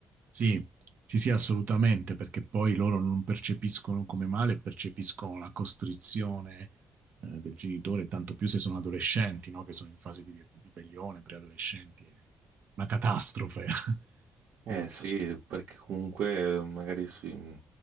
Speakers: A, on the right; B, on the right.
A: Sì, sì, sì, assolutamente, perché poi loro non percepiscono come male, percepiscono la costrizione, eh, del genitore, tanto più se sono adolescenti, no? Che sono in fase di ri- ribellione, preadolescenti, è una catastrofe. <laughs> Sì,
B: Eh sì, perché comunque eh, magari si, mm,